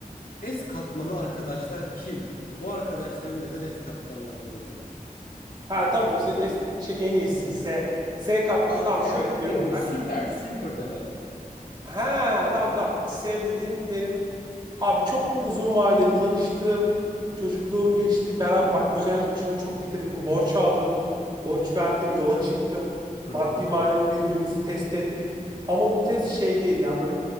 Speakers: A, on the left; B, on the right.
A: S katmanı arkadaşlar kim? Bu arkadaşları neden S katmanına koydun?
B: Ha tamam senin istediğin şey en iyisi. S. S katmanı
A: Aa,
B: tam şöyle
A: evet
B: diyorum
A: en iyi
B: ben.
A: süper super demek.
B: Ha tamam tamam. S dediğim benim Abi çok uzun vadeli tanıştım. Çocukluğum
A: hı hı
B: geçti. Beraber bak özellikle
A: hı
B: şuna çok dikkat edin. Borç aldım. Borç verdim. Yola çıktım.
A: hı
B: Maddi
A: hı
B: manevi birbirimizi test ettik. Ama bu test şey değil yani böyle